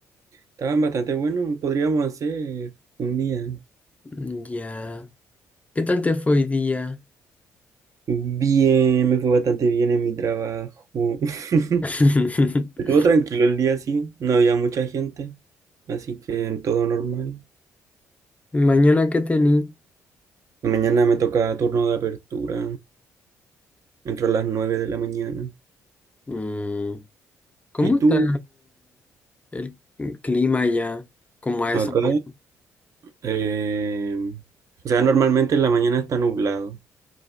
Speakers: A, on the right (about 45°); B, on the left (about 15°).
A: Estaban bastante buenos, podríamos hacer un día.
B: Mm, Ya. ¿Qué tal te fue hoy día?
A: Bien, me fue bastante bien en mi trabajo. <laughs>
B: <laughs>
A: Estuvo tranquilo el día, sí, no había mucha gente, así que en todo normal.
B: ¿Mañana qué tení?
A: Mañana me toca turno de apertura, entro a las 9 de la mañana.
B: Mm, ¿Cómo
A: ¿Y
B: está
A: tú?
B: el clima allá? Como a
A: Acá,
B: esa hora.
A: eh, o sea, normalmente en la mañana está nublado,